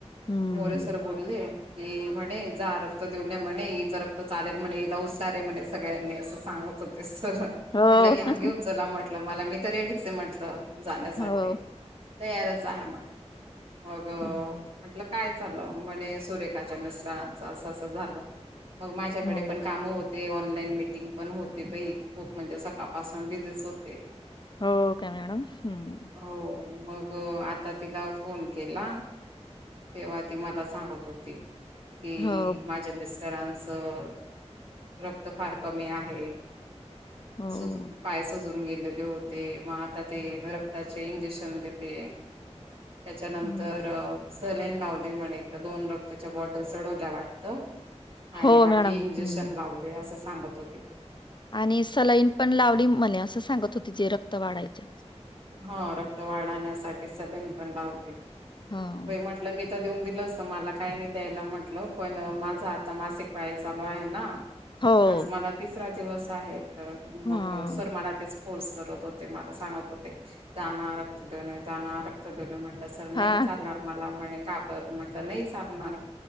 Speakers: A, on the left; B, on the right.
A: हम्म
B: मोरे सर बोलले की म्हणे जा रक्त देऊन ये म्हणे हिचं रक्त चालेल म्हणे, हिला उत्सार आहे म्हणे सगळ्यांनी, असं सांगत होते स
A: हो
B: म्हटलं घ्या, घेऊन चला म्हटलं मला मी तर रेडीच आहे म्हटलं. जाण्यासाठी
A: हो
B: तयारच आहे म्हण मग
A: हम्म
B: अ म्हटलं काय चाललं, म्हणे सुरेखाच्या मिस्टरांचं असं असं झालं, मग माझ्याकडे
A: हो
B: पण कामं होत ते ऑनलाईन मीटिंग पण होते बाई खूप म्हणजे सकाळपासून बिझीच होते.
A: हो का मॅडम? हम्म.
B: हो मग अ आता तिला फोन केला, तेव्हा ती मला सांगत होती. कि
A: हो
B: माझ्या मिस टरांचं रक्त फार कमी आहे.
A: हो
B: सुजु पाय सजून गेल लेले होते, मग आता ते रक्ताचे इंजेक्शन देते. त्याच्यानंतर
A: हम्म.
B: अ सलाईन लावली म्हणे, एकत दोन रक्ताच्या बॉटल चढवल्या वाटतं. आणि
A: हो
B: बाकी
A: मॅडम
B: इंजेक्शन
A: हम्म.
B: लावले असं सांगत होते ते.
A: आणि सलईन पण लावली मला. असं सांगत होती ते रक्त वाढायच्या.
B: ह रक्त वाढण्यासाठी सलाईन पण लावते.
A: हा.
B: बाई म्हटलं मी तर देऊन म्हल मला काही नाही द्यायला म्हंटलं. पण माझा आता मासिक पाळी चालू आहे ना.
A: हो.
B: आज मला तिसरा दिवस आहे. तर
A: हा
B: मग सर मला तेच फोर्स करत होते. मला सांगत होते. जाना रक्त देऊन ये. जाणा रक्त देऊन म्हणतल. तस नाही
A: हा
B: चालणार मला. म्हणे का बर. म्हटलं नाही चालणार.